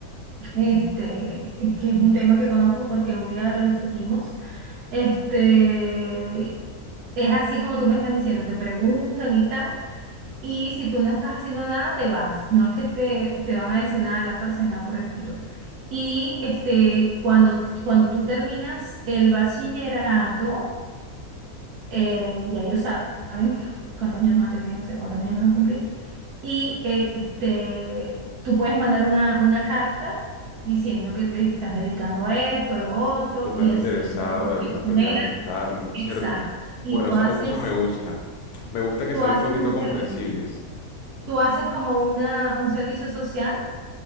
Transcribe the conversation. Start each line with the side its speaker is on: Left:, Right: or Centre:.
Right: este, es que es un tema que conozco porque un día lo discutimos, este, es así como tú me estás diciendo, te preguntan y tal, Y si tú no estás haciendo nada, te vas. No es que te, te van a decir nada a la fuerza ni nada por el estilo. Y este, cuando, cuando tú terminas el bachillerato, eh, ya ellos sa- saben <laughs> cuántos años vas a tener, o sea, cuántos años vas a cumplir. Y eh, este, tú puedes mandar una, una carta diciendo que te estás dedicando a esto, a lo otro,
Left: que estás
Right: y
Left: interesado
Right: así por lo menos
Left: de
Right: te
Left: pronto
Right: exoneran.
Left: en ir a prestarlo,
Right: Exacto.
Left: ¿cierto?
Right: Y
Left: Bueno,
Right: tú
Left: o sea,
Right: haces,
Left: eso me gusta. Me gusta que
Right: tú
Left: sean
Right: haces
Left: un poquito
Right: un
Left: comprensibles.
Right: servi- tú haces como una, un servicio social